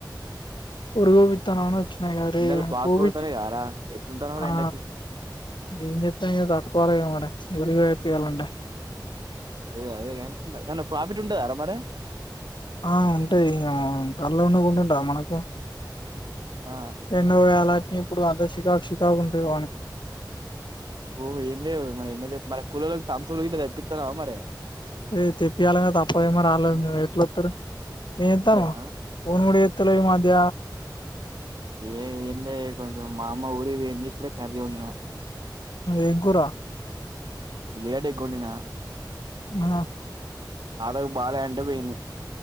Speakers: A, on the left; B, on the right.
A: వోరి గోపిత్తనను ఆ వరి
B: ఎండలు బాగా
A: కొప్పిచి
B: కొడతానే కారా ఎట్లుంటున్నావురా
A: ఆ
B: ఎండకి
A: ఏంచేతనేగాదూ కొదమేమోరా గురుయేపియాలంట
B: అది అదే గని ఏమన్న ప్రాఫిట్ ఉంటదర మరి
A: ఆ ఉంటది ఇగ గళ్ళ ఉండకుంట ఉంటద మనకు
B: ఆ
A: రెండు విధాలా ఇప్పుడు అదే చిక్కాక్ చిక్కాక్ ఉంటదని
B: ఓహో ఏం లేద్ మరి మరి కూలొల్లకి తమ్స్అప్ తెపితావ మరి
A: లెద్ తెప్పియాలగ తప్పద్ మరి ఆళ్లు ఎట్ల ఒత్తరు ఏయింతాను
B: అంతేనా
A: ఫోన్ గుడ చేతలే ఈ మధ్య
B: ఏ ఏం లె కొంచం మా అమ్మ ఊరికి వెళ్ళింది ఇప్పుడే కర్రి ఒన్డిన
A: ఎం కూర
B: ఉల్లిగడ్డ ఎగ్ ఒండిన
A: అవ్నా
B: మా తాతకి బాలే అంటె పోయింది